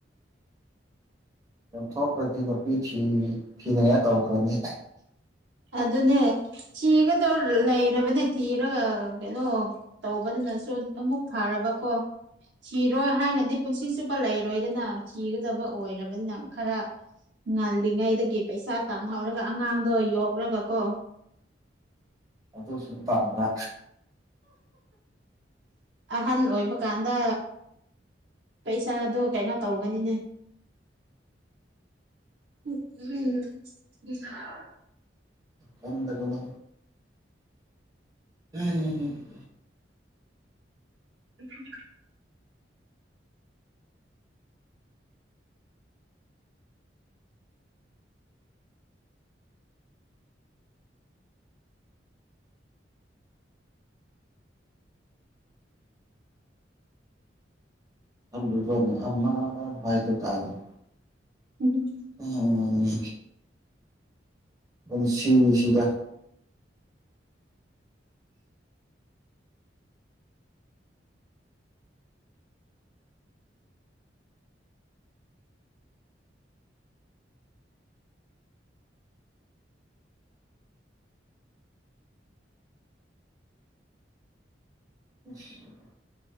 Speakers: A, on the right; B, on the right.
A: ꯌꯨꯝꯊꯣꯛꯈ꯭ꯔꯗꯤ ꯅꯨꯄꯤ ꯊꯤ ꯊꯤꯅꯤꯡꯉꯥꯏ ꯇꯧꯈ꯭ꯔꯅꯤ
B: ꯑꯗꯨꯅꯦ ꯊꯤꯒꯗꯧ ꯂꯩꯔꯕꯅꯦ ꯊꯤꯔꯒ ꯀꯩꯅꯣ ꯇꯧꯕꯗꯨꯅ <unintelligible> ꯑꯃꯨꯛ ꯐꯔꯕꯀꯣ ꯊꯤꯔꯣꯏ ꯍꯥꯏꯅꯗꯤ ꯄꯨꯟꯁꯤ ꯆꯨꯞꯄ ꯂꯩꯔꯣꯏꯗꯅ ꯊꯤꯒꯗꯕ ꯑꯣꯏꯔꯕꯅꯤꯅ ꯈꯔ ꯉꯜꯂꯤꯉꯩꯗꯒꯤ ꯄꯩꯁꯥ ꯇꯥꯟꯍꯧꯔꯒ ꯑꯉꯥꯡꯗꯣ ꯌꯣꯛ ꯌꯣꯛꯔꯒꯀꯣ
A: ꯑꯗꯨꯁꯨꯨ ꯄꯥꯝꯕ
B: ꯑꯍꯟ ꯑꯣꯏꯕ ꯀꯥꯟꯗ ꯄꯩꯁꯥꯗꯣ ꯀꯩꯅꯣ ꯇꯧꯒꯅꯤꯅꯦ ꯎꯝ <inaudible>
A: ꯀꯣꯟꯗ ꯀꯣ <unintelligible> ꯎꯝ
B: ꯎꯝ <inaudible>
A: ꯈꯜꯂꯨꯕꯅ ꯑꯃ ꯍꯥꯏꯗꯨ ꯇꯥꯔꯦꯅꯦ
B: ꯎꯝ <inaudible>
A: ꯎꯝ ꯄꯨꯟꯁꯤꯁꯤꯗ ꯎ <inaudible>